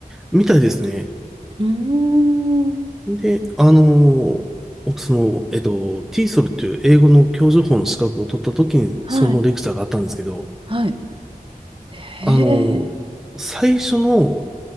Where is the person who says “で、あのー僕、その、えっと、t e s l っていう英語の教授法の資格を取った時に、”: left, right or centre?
Centre